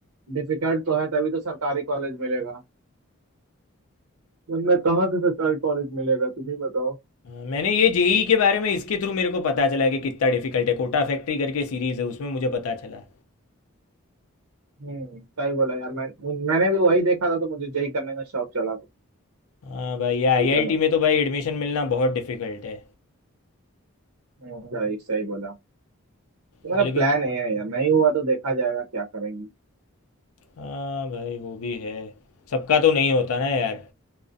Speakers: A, on the right (about 85°); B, on the left (about 75°).
A: डिफिकल्ट तो है तभी तो सरकारी कॉलेज मिलेगा वरना कहाँ से सरकारी कॉलेज मिलेगा तुम ही बताओ
B: हाँ, मैंने ये जेई के बारे में इसके थ्रू मेरे को पता चला कि कितना डिफिकल्ट है कोटा फैक्ट्री करके सीरीज़ है उसमें मुझे पता चला
A: हम्म सही बोला यार मैं मैंने भी वही देखा था तो मुझे जेई करने का शौक चढ़ा था
B: हाँ भाई ये आईआईटी
A: रीजन
B: में तो भाई एडमिशन मिलना बहुत डिफिकल्ट है
A: हम्म, सही सही बोला तो मेरा
B: हाँ, लेकिन
A: प्लान ये है यार नहीं हुआ तो देखा जाएगा क्या करेंगे
B: हाँ भाई वो भी है सबका तो नहीं होता ना यार